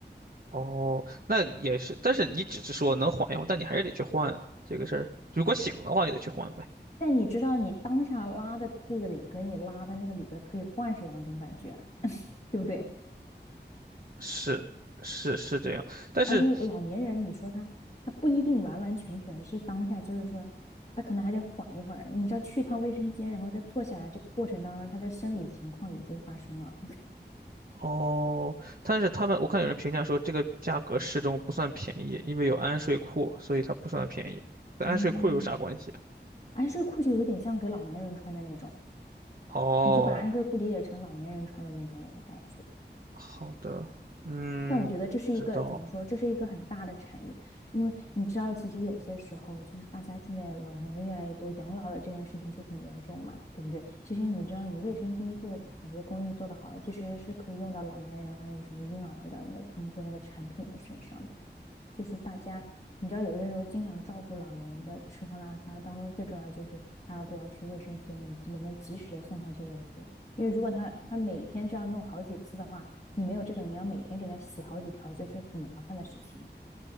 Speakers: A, on the right; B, on the left.
A: 哦，那也是，但是你只是说能缓一缓，但你还是得去换啊，这个事儿。如果醒的话，也得去换呗。
B: 但你知道，你当下拉在裤子里，跟你拉在那个里边儿可以换是两种感觉啊对不对？
A: 是是是这样，但是
B: 而且老年人，你说他他不一定完完全全是当下，就是说他可能还得缓一会儿。你知道，去趟卫生间，然后再坐下来，这个过程当中，他的生理情况已经发生了。
A: 哦，但是他们我看有人评价说这个价格适中不算便宜，因为有安睡裤，所以它不算便宜。跟安睡裤有啥关系啊？
B: 嗯，哎，睡裤就有一点像给老年人穿的那种。
A: 哦，
B: 你就把安睡裤理解成老年人穿的那种的感觉。
A: 好的，嗯，
B: 但我觉得这是一个怎么说？
A: 不知道。
B: 这是一个很大的产业，因为你知道，其实有些时候就是大家现在老年人越来越多，养老的这件事情就很严重嘛，对不对？其实你知道，你卫生巾做的很多工艺做的好了，其实是可以用到老年人还有什么婴儿的那他们做那个产品的身上的。就是大家，你知道有些时候经常照顾老人的吃喝拉撒当中，最重要就是他要不要去卫生间，以及能不能及时的送他去卫生间。因为如果他他每天这样弄好几次的话，你没有这个，你要每天给他洗好几条，就是很麻烦的事情。